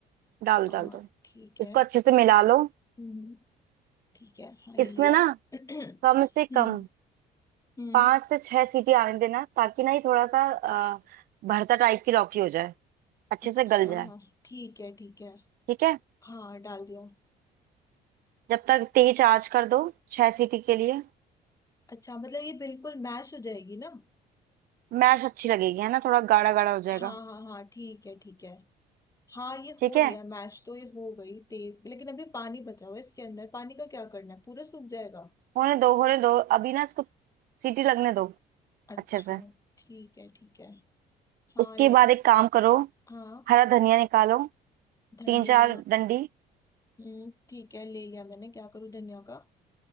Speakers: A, on the right (about 60°); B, on the left (about 20°).
A: डाल दो
B: और
A: डाल दो
B: ठीक है
A: इसको अच्छे से मिला लो
B: हम्म ठीक है हाँ ये
A: इसमें
B: लिया
A: ना
B: <clears throat> हम्म
A: कम से कम
B: हम्म
A: पाँच से छह सीटी आने देना ताकि ना ये थोड़ा सा अ, भरता टाइप की लौकी हो जाए अच्छे
B: अच्छा
A: से गल जाए
B: हाँ। ठीक है ठीक है
A: ठीक है
B: हाँ डाल दिया
A: जब तक तेज आंच कर दो छह सीटी के लिए
B: अच्छा मतलब ये बिल्कुल मैश हो जाएगी ना
A: मैश अच्छी लगेगी है ना थोड़ा गाढ़ा गाढ़ा हो जाएगा
B: हाँ हाँ हाँ ठीक है ठीक है हाँ ये
A: ठीक
B: हो रही
A: है
B: है मैश तो ये हो गई तेज लेकिन अभी पानी बचा हुआ है इसके अंदर पानी का क्या करना है पूरा सूख जाएगा
A: होने दो होने दो अभी ना इसको सीटी लगने दो
B: अच्छा
A: अच्छे से
B: ठीक है ठीक है हाँ
A: उसके
B: लग
A: बाद एक काम करो
B: हाँ
A: हरा धनिया निकालो
B: धनिया
A: तीन चार डंडी
B: हम्म, ठीक है ले लिया मैंने क्या करूँ धनिया का